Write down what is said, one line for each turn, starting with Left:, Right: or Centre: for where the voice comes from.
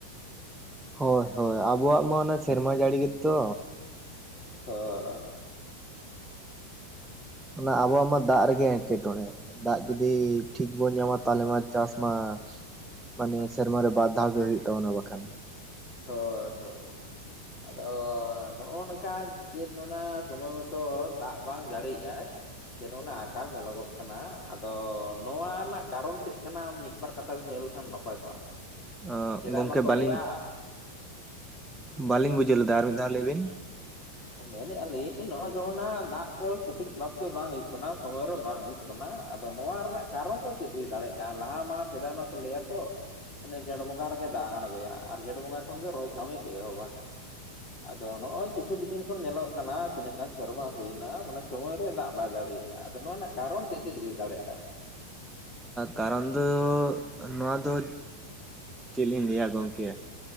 Centre: ᱦᱳᱭ-ᱦᱳᱭ ᱟᱵᱚᱣᱟᱜ ᱢᱟ ᱚᱱᱟ ᱥᱮᱨᱢᱟ ᱡᱟᱹᱲᱤ ᱜᱮᱛᱚ
Left: ᱦᱳᱭ
Centre: ᱚᱱᱟ ᱟᱵᱚᱣᱟᱜ ᱢᱟ ᱫᱟᱜᱽ ᱨᱮᱜᱮ ᱮᱸᱴᱠᱮ ᱴᱚᱬᱮ ᱫᱟᱜᱽ ᱡᱩᱫᱤ ᱴᱷᱤᱠ ᱵᱚᱱ ᱧᱟᱢᱟ ᱛᱟᱦᱚᱞᱮ ᱢᱟ ᱪᱟᱥ ᱢᱟ ᱢᱟᱱᱮ ᱥᱮᱨᱢᱟᱨ ᱨᱮ ᱵᱟᱨ ᱫᱷᱟᱣ ᱜᱮ ᱦᱳᱭᱩᱜ ᱛᱟᱵᱚᱱᱟ ᱵᱟᱠᱷᱟᱱ᱾
Left: ᱦᱳᱭ-ᱦᱳᱭ ᱟᱫᱚ ᱱᱚᱜ ᱱᱚᱝᱠᱟ ᱡᱮ ᱱᱚᱣᱟ ᱥᱚᱢᱚᱭ ᱢᱚᱛᱚ ᱫᱟᱜᱽ ᱵᱟᱝ ᱡᱟᱹᱲᱤᱭ ᱮᱫᱟᱭ ᱡᱮ ᱱᱚᱜ-ᱚᱱᱟ ᱟᱠᱟᱞ ᱧᱮᱞᱚᱜᱚᱜ ᱠᱟᱱᱟ ᱟᱫᱚ ᱱᱚᱣᱟ ᱨᱮᱱᱟᱜ ᱠᱟᱨᱚᱱ ᱪᱮᱫ ᱠᱟᱱᱟ ᱢᱤᱫ ᱵᱟᱨ ᱠᱟᱛᱷᱟ ᱵᱮᱱ ᱞᱟᱹᱭ ᱞᱮᱠᱷᱟᱱ ᱱᱟᱯᱟᱭ ᱠᱚᱜᱼᱟ
Centre: ᱚᱸ
Left: ᱥᱮᱫᱟᱭ
Centre: ᱜᱚᱝᱠᱮ
Left: ᱢᱟᱠᱚ
Centre: ᱵᱟᱹᱞᱤᱧ
Left: ᱞᱟᱹᱭᱟ᱾
Centre: ᱵᱟᱹᱞᱤᱧ ᱵᱩᱡᱷᱟᱹᱣ ᱞᱮᱫᱟ ᱟᱨ ᱢᱤᱫ ᱫᱷᱟᱣ‌ ᱞᱟᱹᱭ ᱵᱤᱱ
Left: ᱢᱮᱱᱮᱫ ᱟᱹᱞᱤᱧ ᱱᱚᱜᱼᱚᱭ ᱡᱮᱢᱚᱱ ᱱᱟᱜ ᱫᱟᱜᱽ ᱠᱚ ᱥᱚᱴᱷᱤᱠ ᱵᱷᱟᱵᱛᱮ ᱵᱟᱝ ᱦᱩᱭᱩᱜ ᱠᱟᱱᱟ ᱥᱚᱢᱚᱭ ᱨᱮ ᱵᱟᱝ ᱦᱩᱭᱩᱜ ᱠᱟᱱᱟ᱾ ᱚᱱᱟ ᱟᱫᱚ ᱱᱚᱣᱟ ᱨᱮᱱᱟᱜ ᱠᱟᱨᱚᱱ ᱫᱚ ᱪᱮᱫ ᱦᱩᱭ ᱫᱟᱲᱮᱭᱟᱜᱼᱟ ᱞᱟᱦᱟ ᱢᱟ ᱥᱮᱫᱟᱭ ᱢᱟᱠᱚ ᱞᱟᱹᱭᱟᱛᱚ ᱚᱱᱮ ᱡᱷᱮᱸᱴ ᱵᱚᱸᱜᱟ ᱨᱮᱜᱮ ᱫᱟᱜᱽ ᱟᱬᱜᱚᱭᱟ ᱟᱨ ᱡᱷᱮᱸᱴ ᱵᱚᱸᱜᱟ ᱠᱷᱚᱱ ᱜᱮ ᱨᱚᱦᱚᱭ ᱠᱟᱹᱢᱤ ᱠᱚ ᱮᱦᱚᱵᱟ᱾ ᱟᱫᱚ ᱱᱚᱜᱼᱚᱭ ᱠᱤᱪᱷᱩᱠ ᱫᱤᱱ ᱠᱷᱚᱱ ᱧᱮᱞᱚᱜ ᱠᱟᱱᱟ ᱛᱤᱱᱟᱹᱜ ᱜᱟᱱ ᱥᱮᱨᱢᱟ ᱦᱩᱭᱱᱟ ᱢᱟᱱᱮ ᱥᱚᱢᱚᱭ ᱨᱮ ᱫᱟᱜᱽ ᱵᱟᱭ ᱡᱟᱹᱲᱤᱭ ᱮᱫᱟ ᱟᱫᱚ ᱱᱚᱣᱟ ᱨᱮᱱᱟᱜ ᱠᱟᱨᱚᱱ ᱪᱮᱫ-ᱪᱮᱫ ᱦᱩᱭ ᱫᱟᱲᱮᱭᱟᱜᱼᱟ?
Centre: ᱠᱟᱨᱚᱱ ᱫᱚ ᱱᱚᱣᱟ ᱫᱚ ᱪᱮᱫ ᱤᱧ ᱞᱟᱹᱭᱟ ᱜᱚᱢᱠᱮ